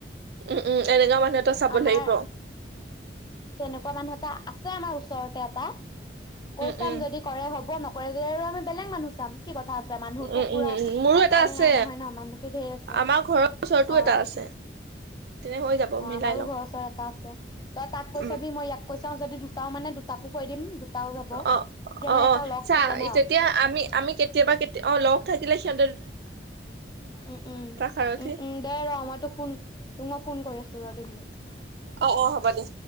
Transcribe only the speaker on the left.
আমাৰ তেনেকুৱা মানুহ এটা আছে আমাৰ ওচৰতে এটা। কৈ
চাম
যদি কৰে হ'ব, নক কৰিলে আৰু আমি বেলেগ মানুহ চাম। কি কথা আছে মানুহটো
পোৰা
আকাল
নাই নহয় নহ, মানুহটো ধেই আছে,
অহ।
অহ
আমাৰো
ঘৰৰ ওচৰত এটা আছে। তই তাক কৈ
চাবি, মই ইয়াক কৈ চাম। চাওঁ, যদি দুটাও মানে দুটাকো কৈ দিম দুটাও যাব
তেতিয়া
মানে
এটা লগ
থাকে ন
উম', উম',
উম', উম' দে ৰহ, মই তোক ফোন, তোক মই ফোন কৰি আছো। চৌৰা দি মিনিট।